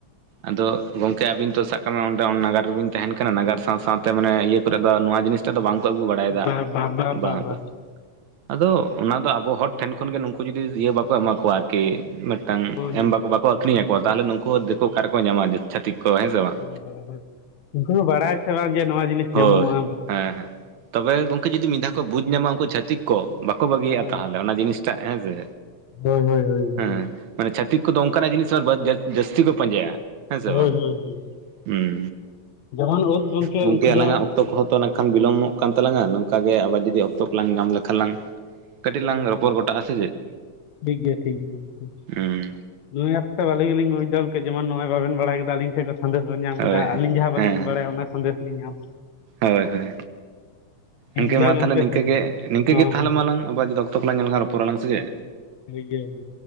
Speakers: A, on the right; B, on the left.
A: ᱟᱫᱚ ᱜᱚᱝᱠᱮ ᱟᱵᱤᱱ ᱛᱚ ᱥᱟᱵ ᱠᱟᱜ ᱢᱮ ᱚᱸᱰᱮ ᱚᱱᱟ ᱱᱟᱜᱟᱨ ᱨᱮᱵᱤᱱ ᱛᱟᱦᱮᱱ ᱠᱟᱱᱟ ᱱᱟᱜᱟᱨ ᱥᱟᱶ ᱥᱟᱶᱛᱮ ᱢᱟᱱᱮ ᱤᱭᱟᱹ ᱠᱚᱨᱮ ᱫᱚ ᱱᱚᱣᱟ ᱡᱤᱱᱤᱥ ᱱᱤᱛᱚᱜ ᱫᱚ ᱵᱟᱝᱠᱚ ᱟᱹᱜᱩ ᱵᱟᱲᱟᱭᱮᱫᱟ
B: ᱵᱟ ᱵᱟ ᱵᱟ ᱵᱟ
A: ᱵᱟᱝ
B: ᱵᱟ
A: ᱵᱟᱝ ᱟᱫᱚ ᱚᱱᱟ ᱫᱚ ᱟᱵᱚ ᱦᱚᱲ ᱴᱷᱮᱱ ᱠᱷᱚᱱ ᱜᱮ ᱱᱩᱠᱩ ᱡᱩᱫᱤ ᱤᱭᱟᱹ ᱵᱟᱠᱚ ᱮᱢᱟ ᱠᱚᱣᱟ ᱟᱨᱠᱤ ᱢᱤᱫᱴᱟᱝ
B: ᱦᱳᱭ ᱦᱳᱭ
A: ᱮᱢ ᱵᱟᱠᱚ ᱵᱟᱠᱚ ᱟᱹᱠᱷᱨᱤᱧᱟᱠᱚ ᱛᱟᱦᱚᱞᱮ ᱱᱩᱠᱩ ᱫᱤᱠᱩ ᱚᱠᱟᱨᱠᱚ ᱧᱟᱢᱟ ᱪᱷᱟᱹᱛᱤᱠ ᱠᱚ ᱦᱮᱸ ᱥᱮ ᱵᱟᱝ
B: ᱦ ᱦ ᱦᱭ ᱩᱱᱠᱩ ᱦᱚᱸ ᱵᱟᱲᱟᱭ ᱥᱮ ᱵᱟᱝ ᱡᱮ ᱱᱚᱣᱟ ᱡᱤᱱᱤᱥ
A: ᱦᱳᱭ
B: ᱧᱟᱢᱚᱜᱼᱟ
A: ᱦᱮᱸ ᱦᱮᱸ ᱛᱚᱵᱮ ᱜᱚᱝᱠᱮ ᱡᱩᱫᱤ ᱢᱤᱫ ᱫᱷᱟᱣ ᱠᱚ ᱵᱩᱡ ᱧᱟᱢᱟ ᱩᱱᱠᱩ ᱪᱷᱟᱛᱤᱠ ᱠᱚᱜ ᱵᱟᱠᱚ ᱵᱟᱹᱜᱤᱭᱟᱜᱼᱟ
B: ᱦᱳᱭ
A: ᱛᱟᱦᱚᱞᱮ
B: ᱦᱳᱭ
A: ᱚᱱᱟ ᱡᱤᱱᱤᱥᱴᱟᱜ ᱦᱮᱸ ᱥᱮ
B: ᱦᱳᱭ ᱦᱳᱭ
A: ᱦᱮᱸ
B: ᱦᱳᱭ
A: ᱢᱟᱱᱮ ᱪᱷᱟᱛᱤᱠ ᱠᱚᱫᱚ ᱚᱱᱠᱟᱱᱟᱜ ᱡᱤᱱᱤᱥ ᱟᱨ ᱡᱟᱹᱥᱛᱤ ᱠᱚ ᱯᱟᱸᱡᱟᱭᱟ ᱦᱮᱸ ᱥᱮ
B: ᱦᱳᱭ
A: ᱵᱟᱝ
B: ᱦᱳᱭ ᱦᱳᱭ
A: ᱦᱩᱸ
B: ᱡᱟᱦᱟᱱ ᱳᱫ ᱜᱚᱢᱠᱮ
A: ᱜᱚᱝᱠᱮ
B: ᱩᱱᱠᱩ
A: ᱟᱞᱟᱝᱟᱜ
B: ᱫᱚ
A: ᱚᱠᱛᱚ ᱠᱚᱦᱚᱸ ᱛᱚ ᱱᱟᱜ ᱠᱷᱟᱱ ᱵᱤᱞᱚᱢᱚᱜ ᱠᱟᱱ ᱛᱟᱞᱟᱝᱟ ᱱᱚᱝᱠᱟᱟᱜ ᱜᱮ ᱟᱵᱟᱨ ᱡᱩᱫᱤ ᱚᱠᱛᱚ ᱠᱚᱞᱟᱝ ᱧᱟᱢ ᱞᱮᱠᱷᱟᱱ ᱞᱟᱝ ᱠᱟᱹᱴ ᱞᱟᱝ ᱨᱚ ᱯᱚᱨ ᱜᱚᱴᱟᱜᱼᱟ ᱥᱮ ᱪᱮᱫ
B: ᱴᱷᱤᱠ ᱜᱮᱭᱟ ᱴᱷᱤᱠ ᱜᱮᱭᱟ
A: ᱦᱩᱸ
B: ᱱᱩᱭ ᱟᱥᱛᱮ ᱵᱟᱞᱤ ᱜᱮᱞᱤᱧᱵᱩᱡᱽ ᱫᱟ ᱚᱢᱠᱮ ᱡᱮᱢᱚᱱ ᱱᱚᱜᱼᱭ ᱵᱟᱵᱮᱱ ᱵᱟᱲ ᱠᱮᱫᱟᱞᱤᱧ ᱴᱷᱮᱱ ᱠᱚ ᱥᱟᱸᱫᱮᱥ ᱵᱮᱱ ᱧᱟᱢ
A: ᱦᱳᱭ
B: ᱠᱮᱫᱟ ᱟᱞᱤᱧ ᱡᱟᱦᱟᱸ ᱵᱟᱹᱞᱤᱧ
A: ᱦᱮᱸ
B: ᱵᱟᱲᱟᱭᱟ ᱚᱱᱟ ᱥᱟᱸᱫᱮᱥ ᱞᱤᱧ ᱧᱟᱢ
A: ᱦᱳᱭ ᱦᱳᱭ
B: ᱴᱷᱤᱠ
A: ᱤᱱᱠᱮ
B: ᱜᱮᱭᱟ
A: ᱢᱟ
B: ᱜᱚᱝᱠᱮ
A: ᱛᱟᱦᱚᱞᱮ ᱱᱤᱝᱠᱟᱹᱜᱮ ᱱᱤᱝᱠᱟᱹᱜᱮ
B: ᱦᱚᱸ
A: ᱛᱟᱦᱚᱞᱮ
B: ᱦᱚᱸ
A: ᱢᱟ ᱟᱞᱝ ᱟᱵᱟᱨ ᱡᱩᱫᱤ ᱚᱠᱛᱚ ᱠᱚᱞᱟᱝ ᱧᱟᱢ ᱞᱮᱠᱷᱟᱱ ᱨᱚᱲᱟᱞᱟᱝ ᱥᱮᱡᱮ
B: ᱴᱷᱤᱠᱜᱮᱭᱟ ᱢᱟ